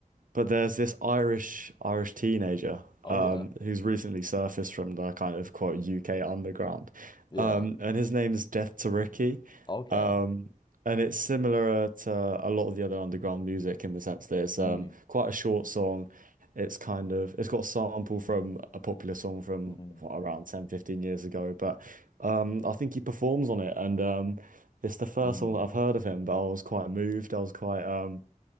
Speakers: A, on the right; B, on the left.
A: But there's this Irish Irish teenager
B: Oh
A: um,
B: yeah.
A: who's recently surfaced from the kind of quote UK underground,
B: Yeah.
A: um, and his name is Death to Ricky,
B: Okay.
A: um, and it's similar to a lot of the other underground music in the sense that it's
B: Mm.
A: um, quite a short song. It's kind of it's got a sample from a popular song from
B: Mm.
A: what, around 10 15 years ago, but um, I think he performs on it, and um, it's the first
B: Mm.
A: song that I've heard of him. But I was quite moved. I was quite um,